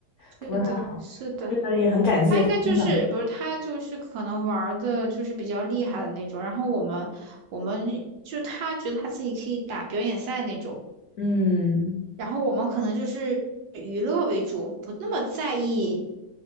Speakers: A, on the left (about 75°); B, on the right (about 70°).
A: 不过还。
B: 是的，
A: 好。
B: 是的，
A: 是的，也很感谢他经常，
B: 他应该就是不是他就是可能玩儿的就是比较厉害的那种，然后我们我们就他觉得他自己可以打表演赛那种，
A: 嗯
B: 然后我们可能就是娱乐为主，不那么在意。